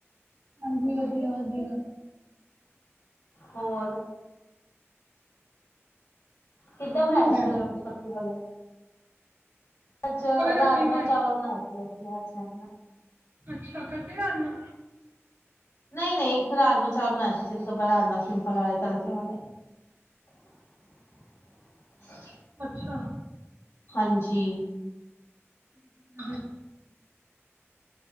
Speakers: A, on the right; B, on the left.
A: ਹਾਂਜੀ ਵਧੀਆ ਵਧੀਆ
B: ਹੋਰ ਕਿੱਦਾਂ ਬਣਾਇਆ
A: ਲੈ
B: ਸੀ, ਫੁੱਲ ਪੱਤੇ ਵਾਲਾ ਅੱਜ
A: ਉਹਦੇ ਰਾਤੀ
B: ਰਾਜਮਾਂ
A: ਮੈਂ
B: ਚਾਵਲ ਬਣਾਏ ਸੀ, ਅਸੀਂ ਅੱਜ ਹੈਨਾ
A: ਅੱਛਾ, ਖਟੇ ਰਾਜਮਾ
B: ਨਹੀਂ ਨਹੀਂ ਇੱਕ ਰਾਜਮਾ ਚਾਵਲ ਬਣਾਏ ਸੀ, ਸਿਰ੍ਫ ਰਾਜਮਾ, ਸਿੰਪਲ ਵਾਲੇ, ਤੜਕੇ ਵਾਲੇ। ਹ <unintelligible>
A: ਅੱਛਾ।
B: ਹਾਂਜੀ
A: <inaudible>